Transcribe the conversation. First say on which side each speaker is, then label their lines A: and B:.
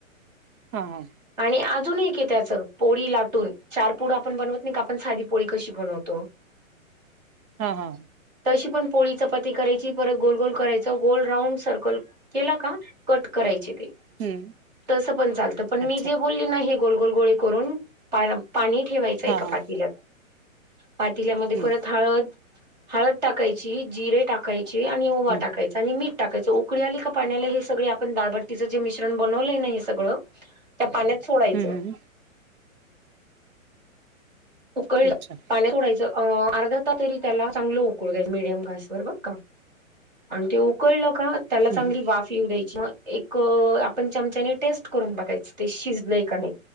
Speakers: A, on the right; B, on the right.
A: हा हं
B: आणि अजून एक ये त्याचं. पोळी लाटून. चार पुड आपण बनवत नाही का? आपण साधी पोळी कशी बनवतो. <inaudible>
A: हा हा
B: तशी पण पोळी चपाती करायची. परत गोल गोल करायच. गोल राऊंड सर्कल केला का? कट करायचे ते.
A: हं
B: तसं चालतं पण चालत. पण मी
A: अच्छा
B: जे बो बोलली ना हे गोल गोल गोळे करून, पा पाणी ठेवायचं एका
A: हा हा
B: पातील्यात पातील्यामध्ये
A: हं
B: परत हळद, हळद टाकायची, जिरे टाक टाकायची आणि ओवा
A: हं
B: टाकाय च आणि मीठ टाकायचं. उकळी आली का पाण्याला. हे सगळे आपण दालबटीच जे मिश्रण बनवलंय ना हे सगळं त्या पाण्यात सोडायचं.
A: हं हं
B: उकळल,
A: अच्छा
B: पाण्यात सोडायचं. अ अर्धा तास तरी त्याला चांगलं उकळून द्यायच. मिडियम गॅसवर वर बर का. आणि ते उकळलं का त्याला चांगली
A: हं हं
B: वाफ येऊ द्यायची. म एक आपण चमचाने टेस्ट करून बघायचं. ते शिजलंय का नाय.